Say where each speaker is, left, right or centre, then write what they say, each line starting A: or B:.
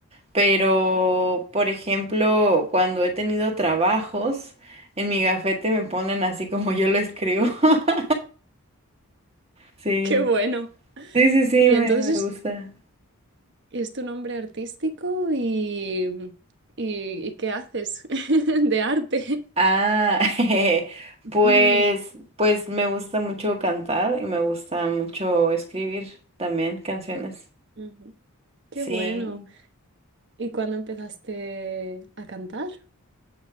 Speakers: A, on the right; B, on the right.
A: Pero, por ejemplo, cuando he tenido trabajos, en mi gafete me ponen así como yo lo escribo. <laughs> Sí,
B: qué bueno.
A: Sí, sí, sí,
B: Y
A: me,
B: entonces,
A: me gusta.
B: ¿es tu nombre artístico y, y, y qué haces <laughs> de arte?
A: Ah, <laughs>
B: <laughs>
A: pues, pues me gusta mucho cantar y me gusta mucho escribir también canciones.
B: Ujú, Qué
A: Sí.
B: bueno. ¿Y cuándo empezaste a cantar?